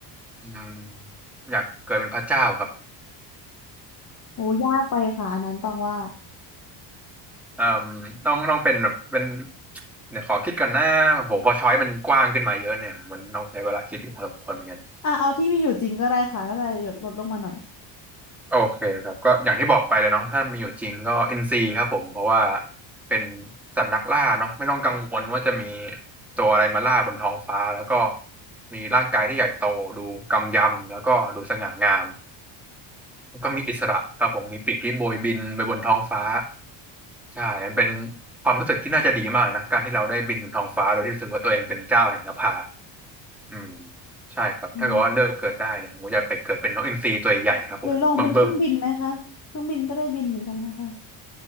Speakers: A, in the centre; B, on the left (about 35°).
A: อืมอยากเกิดเป็นพระเจ้าครับ
B: โอ้ยากไปค่ะอันนั้นตองว่า
A: เอ่อต้องต้องเป็นแบบเป็นเดี๋ยวขอคิดก่อนนะผมพอช้อยมันกว้างขึ้นมาเยอะเนี่ยมันต้องใช้เวลาคิดอยู่พอสมควรเหมือนกัน
B: อ่ะเอาที่มีอยู่จริงก็ได้ค่ะน่าจะหยดลดลงมาหน่อย
A: โอเคครับก็อย่างที่บอกไปเลยเนาะถ้ามีอยู่จริงก็อินซีครับผมเพราะว่าเป็นสัตว์นักล่าเนาะไม่ต้องกังวลว่าจะมีตัวอะไรมาล่าบนท้องฟ้าแล้วก็มีร่างกายที่ใหญ่โตดูกำยำแล้วก็ดูสง่างามแล้วก็มีอิสระครับผมมีปีกที่โบยบินไปบนท้องฟ้าใช่มันเป็นความรู้สึกที่น่าจะดีมากเลยนะการที่เราได้บินบนท้องฟ้าโดยที่รู้สึกว่าตัวเองเป็นเจ้าแห่งนภาอืมใช่ครับถ้าเกิดว่าเลือกเกิดได้เนี่ยผมอยากไปเกิดเป็นนกอินทรีตัวใหญ่ครับผมเบิ่มๆ
B: อืมหรือลองเป็นเครื่องบินไหมคะเครื่องบินก็ได้บินเหมือนกันนะคะ